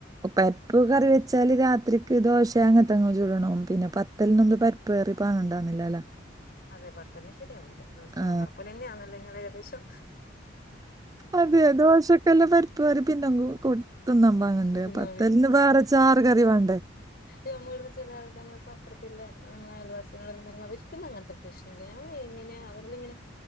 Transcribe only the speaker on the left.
അതെ പത്തൽന് ശരിയാവൂല പക്ഷെ
നമ്മളെപ്പോലെ തന്നെയാണല്ലേ നിങ്ങൾ ഏകദേശം
തിന്നാൻ
ഞമ്മുള് ചില ആൾക്കള്ടെ ഇപ്പൊ അപ്പോ പിന്നെ നമ്മള് അയൽവാസികള് അപ്പ്റത്തുള്ള ഞങ്ങെളെ അയൽവാസി അവർക്കെന്നും ഇങ്ങനത്തെ പ്രശ്നങ്ങള്ല്യ ഞങ്ങള് എങ്ങനെയാ അവരില് ഇങ്ങനെ